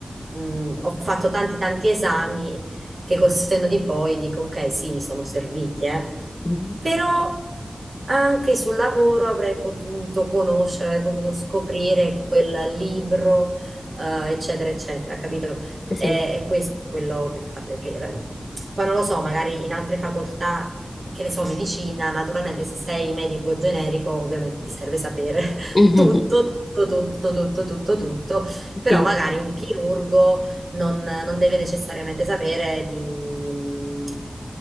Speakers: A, on the right; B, on the left.
A: mh, ho fatto tanti tanti esami che col senno di poi dico, ok, sì, mi sono serviti, eh
B: Mhm.
A: però anche sul lavoro avrei potuto conoscere, avrei potuto scoprire quel libro, eh, eccetera, eccetera, capito?
B: sì,
A: Eh, È, questo quello che fate. Che, era- poi non lo so, magari in altre facoltà, che ne so, medicina, naturalmente se sei medico generico, ovviamente ti serve sapere <laughs>
B: <laughs> Mhm.
A: tutto, tutto, tutto, tutto, tutto, tutto, però
B: sì,
A: magari un chirurgo non, non deve necessariamente sapere di, mh,